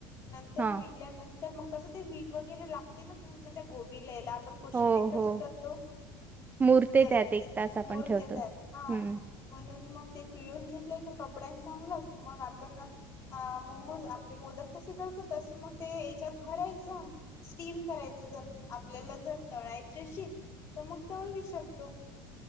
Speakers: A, on the left (about 40°); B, on the right (about 20°).
A: नंतर
B: हा
A: पिल्यानंतर मग कसं ते मीठ वगैरे लागते ना पूर्ण त्या गोबी लयला आपण कोशिंबीर
B: हो
A: कस
B: हो
A: करतो
B: मुरते
A: तस
B: त्यात एक
A: ते
B: तास आपण
A: मूहर्त
B: ठेवतो.
A: त्यात हा
B: हम्म
A: म्हणून मग ते पिळून घेतलंय का कपड्यांनी चांगलं की मग आपण अ मोमोज आपले मोदक कसे करतो तशी मग ते याच्यात भरायचं स्टीम करायचं जर आपल्याला जर तळायचे असशल तर मग तळू शकतो